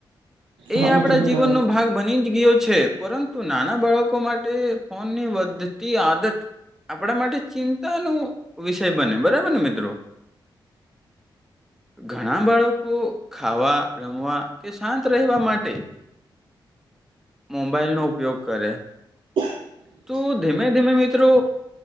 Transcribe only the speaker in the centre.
એ
આપડા
જીવનનો
ભાગ બ જ ગયો છે પરંતુ નાના બાળકો માટે ફોનની વધતી આદત આપણા માટે ચિંતા ન વિષય બને બરાબર ને મિત્રો. ઘણા બાળકો ખાવા રમવા કે શાંત રહેવા માટે મોબાઈલનો ઉપયોગ કરે.
તું ધીમે ધીમે મિત્રો.